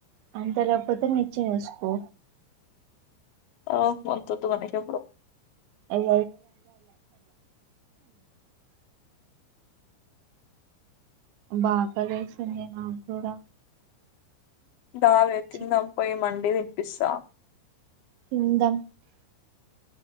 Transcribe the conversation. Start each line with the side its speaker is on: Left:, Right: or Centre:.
Right: అందలేకపోతే నిచ్చెన ఏసుకో
Left: ఓ అంతొద్దు అనేప్పుడు
Right: అ <unintelligible> బా ఆకలేస్తుంది నాకు కూడా
Left: దావే తిందాం
Right: చి
Left: పోయి మండీ తెప్పిస్తా.
Right: తిందాం